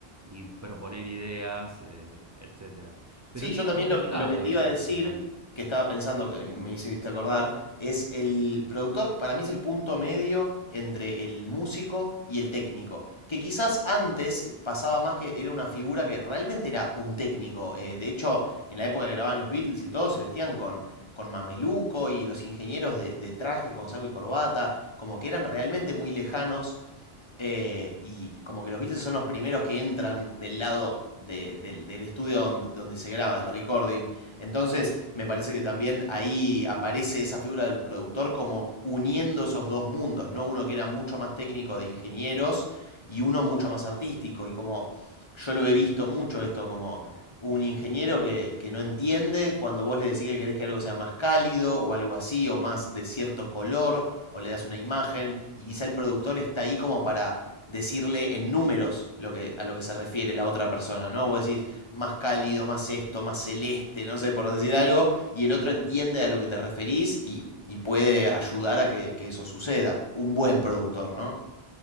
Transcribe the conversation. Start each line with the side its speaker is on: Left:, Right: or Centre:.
Right: y proponer ideas, eh, etcétera. Pero
Left: Sí,
Right: tiene
Left: yo también
Right: otro costado
Left: lo que, lo que te
Right: eso,
Left: iba a decir,
Right: eso también.
Left: que estaba pensando, eh, me hiciste acordar, es el productor, para mí es el punto medio entre el músico y el técnico. Que quizás antes eh, pasaba más que era una figura que realmente era un técnico. eh, de hecho, en la época que grababan los Beatles y todo, se vestían con, con mameluco y los ingenieros de, de traje, con saco y corbata, como que eran realmente muy lejanos eh, y como que los Beatles son los primeros que entran del lado de- del, del estudio don- donde se graba, del recording. Entonces, me parece que también ahí aparece esa figura del productor como uniendo esos dos mundos, ¿no? Uno que era mucho más técnico de ingenieros y uno mucho más artístico. Y como yo lo he visto mucho esto, como un ingeniero que, que no entiende cuando vos le decís que querés que algo sea más cálido o algo así, o más de cierto color o le das una imagen y quizá el productor está ahí como para decirle en números lo que, a lo que se refiere la otra persona, ¿no? Vos decís más cálido, más esto, más celeste, no sé, por decir algo, y el otro
Right: Mm.
Left: entiende a lo que te referís y, y puede ayudar a que, que eso suceda. Un buen productor, ¿no?